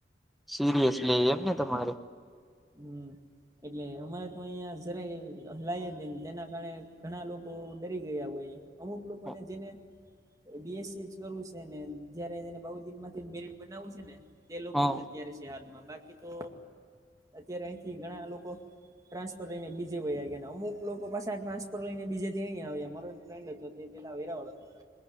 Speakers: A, in the centre; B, on the right.
A: સિરિયસ લ એમ ને તમારે.
B: હમ એટલે અમારે તો અહિયાં જરાય. લાય બેન તેના કારણે ઘણા લોકો ડરી ગયા હોય અમુક લોકોને
A: હા
B: જેને બી એસસી જ કરવું છે ને જયારે એને બઉુ દિન માંથી મેરટ બનાવું છે ને. તે લોકો
A: હા
B: જ અત્યારે છે હાલમાં બાકી તો અત્યારે અહીંથી ઘણા લોકો. ટ્રાન્સફર લઈને બીજે વય ગયા ને અમુક લોકો પાસેા ટ્રાન્સફર લઈને બીજે ત્યાં આવ્યા મા. ફ્રેન્ડ હતો તો તે પલા વૈરા ઓળતો હતો.